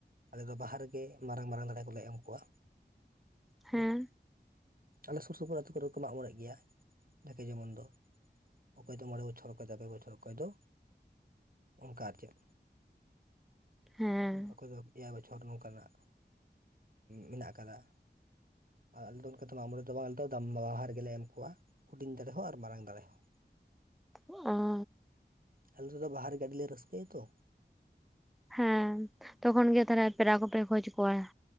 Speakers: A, on the right; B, in the centre.
A: ᱟᱞᱮ ᱫᱚ ᱵᱟᱦᱟ ᱨᱮᱜᱮ ᱢᱟᱨᱟᱝ ᱢᱟᱨᱟᱝ ᱫᱟᱲᱮ ᱠᱚᱞᱮ ᱮᱢ ᱠᱚᱣᱟ ᱦᱩᱸ
B: ᱦᱮᱸ
A: ᱟᱞᱮ ᱥᱩᱨ ᱥᱩᱯᱩᱨ ᱟ ᱟᱹᱛᱩᱳ ᱠᱚᱨᱮ ᱠᱚ ᱢᱟᱜ ᱢᱚᱬᱮᱜ ᱜᱮᱭᱟ ᱡᱟᱠᱮ ᱡᱮᱢᱚᱱ ᱫᱚ ᱚᱠᱚᱭ ᱫᱚ ᱢᱚᱬᱮ ᱵᱚᱪᱷᱚᱨ ᱚᱠᱚᱭ ᱫᱚ ᱯᱮ ᱵᱚᱪᱷᱚᱨ ᱚᱠᱚᱭ ᱫᱚ ᱚᱱᱠᱟ ᱟᱨ ᱪᱮᱫ
B: ᱦᱮᱸ
A: ᱚᱠᱚᱭ ᱫᱚ ᱮᱭᱟᱭ ᱵᱚᱪᱷᱚᱨ ᱱᱚᱝᱠᱟᱱᱟᱜ ᱢᱮᱱᱟᱜ ᱠᱟᱫᱟ ᱟᱸ ᱟᱞᱮ ᱫᱚ ᱚᱱᱠᱟ ᱫᱚ ᱢᱟᱜᱢᱚᱲᱮ ᱫᱚ ᱵᱟᱝ ᱟᱞᱮ ᱫᱚ ᱫᱟᱢᱵᱟᱦᱟᱨ ᱜᱮᱞᱮ ᱮᱢ ᱠᱚᱣᱟ ᱦᱩᱰᱤᱧ ᱫᱟᱲᱮ ᱦᱚᱸᱚᱸ ᱟᱨ ᱢᱟᱨᱟᱝ ᱫᱟᱲᱮ ᱦᱚᱸ
B: ᱚ
A: ᱟᱞᱮ ᱟᱯᱮ ᱫᱚ ᱵᱟᱦᱟ ᱨᱮᱜᱮ ᱟᱹᱰᱤ ᱞᱮ ᱨᱟᱹᱥᱠᱟᱹᱭᱟ ᱛᱚ
B: ᱦᱮᱸ ᱛᱚᱠᱷᱚᱱ ᱜᱮ ᱛᱟᱦᱚᱞᱮ ᱯᱮᱨᱟ ᱠᱚᱯᱮ ᱠᱷᱚᱡ ᱠᱚᱣᱟ